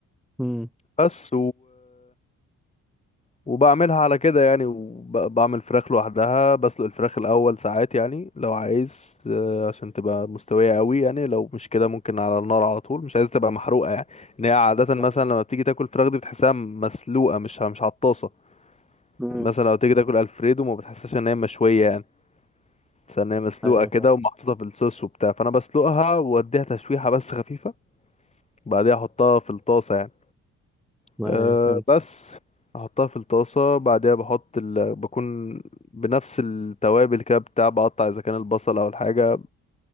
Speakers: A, in the centre; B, on the left.
A: امم
B: بس وبعملها على كده يعني وبعمل فراخ لوحدها بسلق الفراخ الأول ساعات يعني لو عايز آه، عشان تبقى مستوية قوي يعني لو مش كده ممكن على النار على طول مش عايز تبقى محروقة يعني ان هي عادة مثلا
A: ايوه
B: لما بتيجي تاكل فراخ دي بتحسها مسلوقة مش مش على الطاسة
A: مم.
B: مثلا لو تيجي تاكل الفريدو ما بتحسش ان هي مشوية يعني بس ان هي مسلوقة
A: أيوة،
B: كده
A: فاهم
B: ومحطوطة في الصوص وبتاع فانا بسلقها واديها تشويحة بس خفيفة بعدها احطها في الطاسة يعني
A: ايوه
B: أه
A: فهمت
B: بس احطها في الطاسه بعدها بحط ال... بكون بنفس التوابل كده بتاع بقطع اذا كان البصل او الحاجه